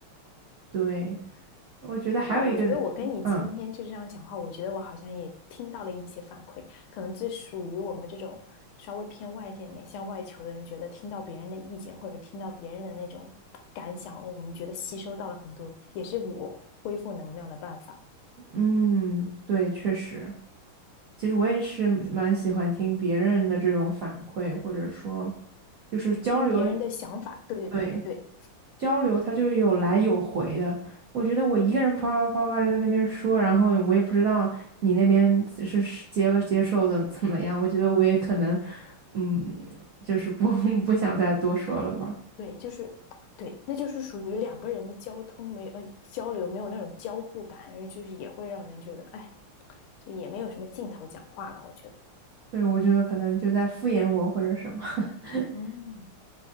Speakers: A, on the right (about 80°); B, on the left (about 80°).
A: <laughs> 对，我觉得还有一个，
B: 啊，我觉得我跟你今天就这样讲话，
A: 嗯
B: 我觉得我好像也听到了一些反馈，可能这属于我们这种稍微偏外向一点、向外求的人，觉得听到别人的意见或者听到别人的那种感想，我们觉得吸收到了很多，也是我恢复能量的办法。
A: 嗯，对，确实，其实我也是蛮喜欢听别人的这种反馈，或者说就是交流。
B: 听别人的想法，对对对对对
A: 对，交流，它就有来有回的。我觉得我一个人啪啪啪啪地在那边说，然后我也不知道你那边是是接接受的怎么样。我觉得我也可能，嗯，就是不 <laughs> 不想再多说了吧。
B: 对，就是对，那就是属于两个人的交通没呃交流没有那种交互感，然后就是也会让人觉得，哎，就也没有什么劲头讲话了，我觉得，
A: 对，我觉得可能就在敷衍我或者什么。<laughs>
B: 嗯，